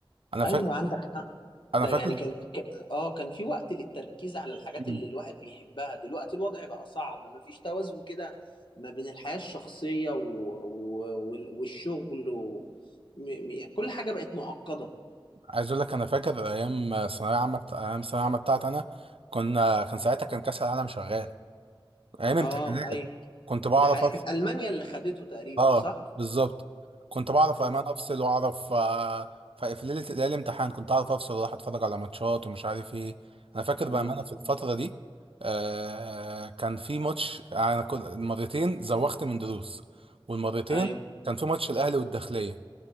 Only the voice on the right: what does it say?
انا فاكر
انا فاكر
مم.
عايز اقول لك انا فاكر ايام ثانويه عامه بتاع- ايام ثانويه عامه بتاعتي انا كنا كان ساعتها كان كاس العالم شغال ايام امتحانات
كنت بعرف
اه
بالظبط كنت بعرف
امان افصل واعرف آه، ف- في ليله ليله الامتحان كنت اعرف افصل واروح اتفرج على ماتشات ومش عارف ايه انا فاكر
بامانه في الفتره دي آه كان في ماتش انا كنت مرتين زوغت من دروس والمرتين
كان في ماتش الاهلي والداخليه